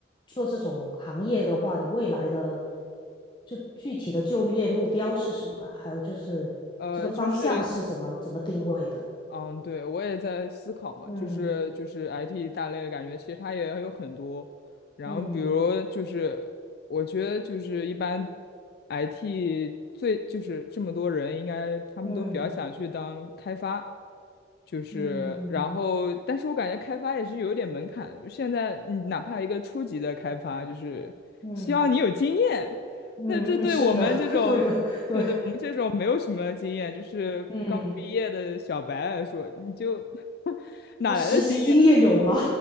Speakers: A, on the left; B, on the left.
A: 做这种行业的话，你未来的就具体的就业目标是什么啊？还有就是这个方向是怎么怎么定位的？
B: 呃，就是嗯，对，我也在思考嘛，
A: 嗯
B: 就是就是 IT 大类，感觉其实它也有很多，然后比如就是我觉得就是一般
A: 嗯。
B: IT 最就是这么多人，应该他们都比较想去当开发，
A: 嗯
B: 就是然后但是我感觉开发也是有一点门槛的就现在你哪怕一个初级的开发，
A: 嗯
B: 就是希望你有经验，
A: 嗯嗯嗯，
B: 那这对我们这种。
A: 是的，<laughs> 对的，对，
B: 对对，我们这种没有什么经验，就是刚毕业的小白来说，
A: 嗯，
B: 你就 <laughs> 哪来的经
A: 那实习经验有吗？